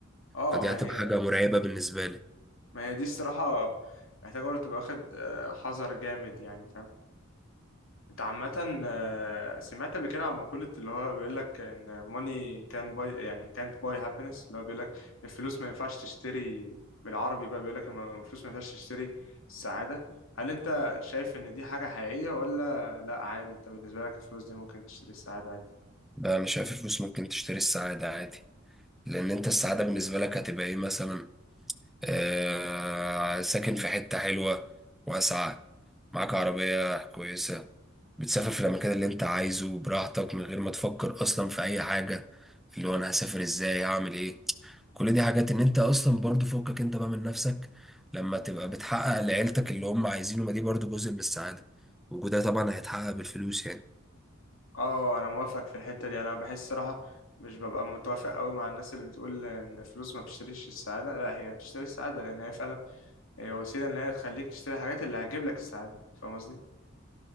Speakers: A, on the left (about 75°); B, in the centre.
A: اه
B: فدي
A: ما
B: هتبقى
A: هي
B: حاجة مرعبة بالنسبة لي
A: ما هي دي الصراحة محتاجة برضه تبقى واخد آه، حذر جامد يعني فاهم انت عامة آه، سمعت قبل كده عن مقولة اللي هو بيقول لك ان money can buy يعني can't buy happiness اللي هو بيقول لك الفلوس ما ينفعش تشتري بالعربي بقى بيقول لك الفلوس ما ينفعش تشتري السعادة هل انت شايف ان دي حاجة حقيقية ولا لا عادي انت بالنسبة لك الفلوس دي ممكن تشتري السعادة عادي
B: انا شايف الفلوس ممكن تشتري السعاده عادي لان انت السعاده بالنسبه لك هتبقى ايه مثلا آه ساكن في حته حلوه واسعه معاك عربيه كويسه بتسافر في الاماكن اللي انت عايزه براحتك من غير ما تفكر اصلا في اي حاجه اللي هو انا هسافر ازاي هعمل ايه كل دي حاجات ان انت اصلا برضو فوقك انت بقى من نفسك لما تبقى بتحقق لعيلتك اللي هم عايزينه ما دي برضو جزء من السعاده وده طبعا هيتحقق بالفلوس يعني
A: اه انا موافق في الحتة دي انا بحس صراحة مش ببقى متوافق قوي مع الناس اللي بتقول ان الفلوس ما بتشتريش السعادة لا هي بتشتري السعادة لان هي فعلا هي وسيلة ان هي تخليك تشتري الحاجات اللي هتجيب لك السعادة فاهم قصدي